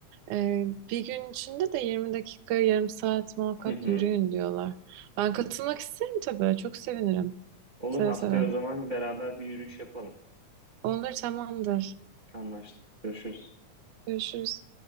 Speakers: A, on the right; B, on the right.
A: E, bir gün içinde de 20 dakika, yarım saat muhakkak
B: Hı hı.
A: yürüyün diyorlar. Ben katılmak isterim tabii. Çok sevinirim.
B: Olur
A: Seve
B: haftaya
A: seve.
B: o zaman beraber bir yürüyüş yapalım.
A: Olur tamamdır.
B: Anlaştık. Görüşürüz.
A: Görüşürüz.